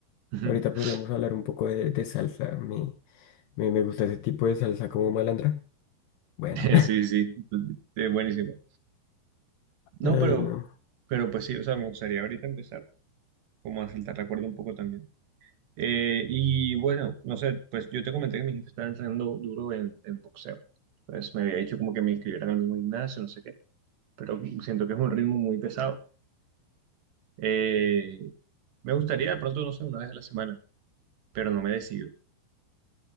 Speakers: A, on the right (about 70°); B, on the left (about 75°).
A: <laughs>
B: Ahorita podríamos hablar un poco de, de salsa. Me, me, me gusta ese tipo de salsa como malandra. Bueno.
A: Eh, Sí, sí, es buenísimo. No,
B: <laughs> Ay,
A: pero,
B: no.
A: pero pues sí, o sea, me gustaría ahorita empezar como a saltar la cuerda un poco también. Eh, y bueno, no sé, pues yo te comenté que mi jefe estaba entrenando duro en, en boxeo. Pues me había dicho como que me inscribieran al mismo gimnasio, no sé qué, pero siento que es un ritmo muy pesado. Eh, me gustaría de pronto, no sé, una vez a la semana. pero no me decido.